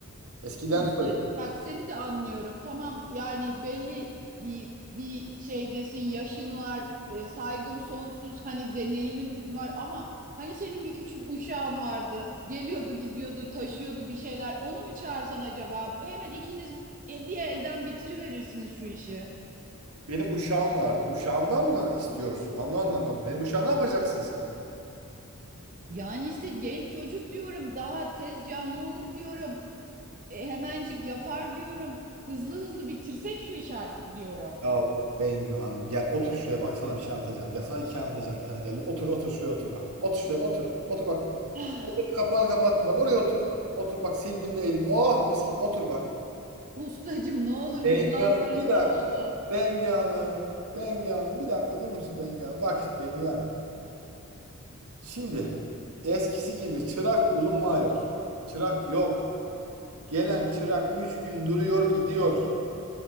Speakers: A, on the right; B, on the right.
A: Eskiden
B: Ustacığım
A: de o.
B: bak seni de anlıyorum. Tamam yani belli i- bir şeydesin, yaşın var, e, saygım sonsuz, hani deneyimin var ama hani senin bir küçük uşağın vardı. Geliyordu, gidiyordu, taşıyordu bir şeyler. Onu mu çağırsan acaba? Hemen ikiniz e, bir elden bitiriverirsiniz şu işi.
A: Benim uşağım vardı. Uşağımdan mı istiyorsun? Onu anlamadım. Benim uşağı ne yapacaksın sen?
B: Yani işte genç çocuk diyorum, daha tez canlı olur diyorum. E, hemencik yapar diyorum. Hızlı hızlı bitirsek şu işi artık diyorum.
A: Ya Bengü Hanım gel otur şuraya bak sana bir şey anlatacağım. Gel sana hikaye anlatacağım bir tane gel. Otur otur şuraya otur bak. Otur şuraya otur. Otur bak.
B: <sighs>
A: Otur, kapağını kapattım bak oraya otur. Otur bak sildim de elim. Oh mis gibi otur bak.
B: Ustacım ne olur
A: Bengü
B: hızlandırılmış
A: Hanım bir dakika.
B: olsun.
A: Bengü Hanım. Bengü Hanım bir dakika durur musun Bengü Hanım? Bak şimdi Bengü Hanım. Şimdi eskisi gibi çırak bulunmuyor. Çırak yok. Gelen çırak 3 gün duruyor gidiyor.